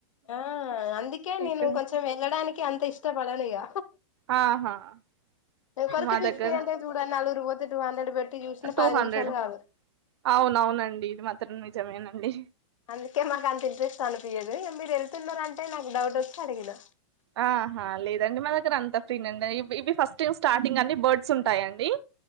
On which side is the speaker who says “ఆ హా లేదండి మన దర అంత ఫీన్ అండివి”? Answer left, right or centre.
Right